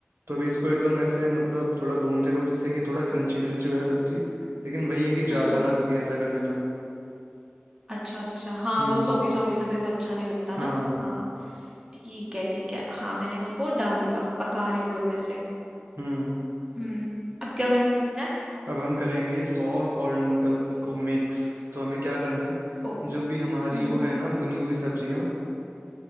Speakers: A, on the right (about 75°); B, on the right (about 15°).
A: तो अभी इसको एकदम ऐसे मतलब थोड़ा भूनते रहो जिससे कि थोड़ा क्रंची क्रंची हो जाए सब्जी लेकिन वही है कि ज्यादा
B: हम्म
A: ना पके ऐसा कर लेना
B: अच्छा अच्छा हाँ
A: हम्म
B: वो सोगी सोगी सा फिर वो अच्छा नहीं लगता
A: हाँ
B: ना हाँ ठीक है ठीक है हाँ मैंने इसको डाल दिया पका रही हूँ अब मैं से
A: हम्म
B: हम्म अब क्या करना है
A: अब हम करेंगे सॉस और नूडल्स को मिक्स तो हमें क्या करना है
B: ओ
A: जो भी हमारी
B: हम्म
A: वो है ना भुनी हुई सब्जियां